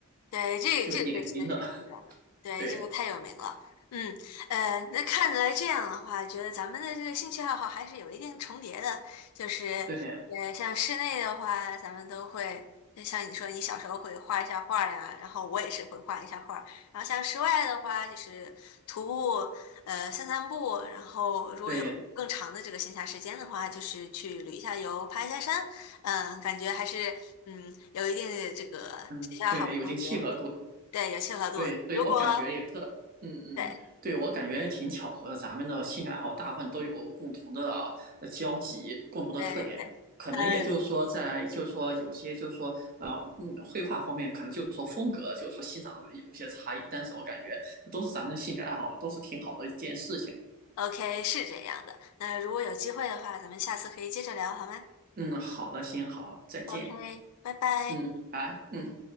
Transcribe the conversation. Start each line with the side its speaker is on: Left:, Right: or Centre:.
Left: 对，这这个被确实知道的，
Right: 这个典型的，
Left: 对，
Right: 对
Left: 这个太有名了。嗯，呃，那看来这样的话，觉得咱们的这个兴趣爱好还是有一定重叠的。就是，
Right: 对
Left: 呃，像室内的话，咱们都会，就像你说，你小时候会画一下画儿呀，然后我也是会画一下画儿然后像室外的话，就是徒步，呃，散散步。然后如果有更长的这个闲暇时间的话，
Right: 对，
Left: 就是去旅一下游，爬一下山。嗯，感觉还是嗯，有一定的这个协调好同学
Right: 嗯，对，有一定契合度，
Left: 对，有契合度的。
Right: 对，所以我感觉也特，
Left: 如果
Right: 嗯嗯，
Left: 对
Right: 对我感觉也挺巧合的，咱们的兴趣爱好大部分都有共同的呃交集，共同的特点，
Left: 对对对，
Right: 可能也就是说在，
Left: 嗯
Right: 就是说有些就是说呃嗯，绘画方面可能就是说风格，就是说欣赏有些差异，但是我感觉这都是咱们的兴趣爱好，都是挺好的一件事情。
Left: ，OK，是这样的。那如果有机会的话，咱们下次可以接着聊，好吗
Right: 嗯，好的，行，好，再见，
Left: ？OK，拜拜。
Right: 嗯，拜拜嗯。